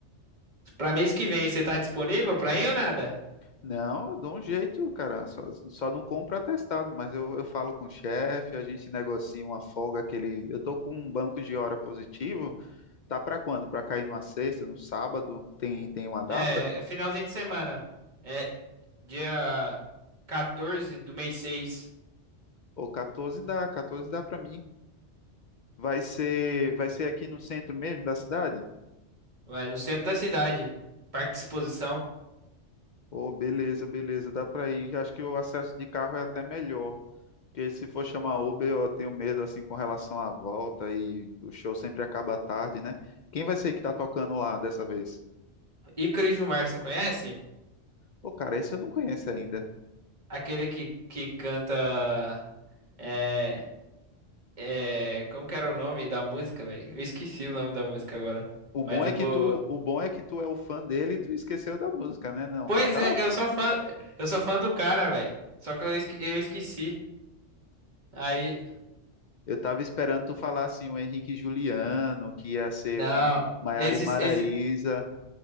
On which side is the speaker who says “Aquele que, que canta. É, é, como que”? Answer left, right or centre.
Right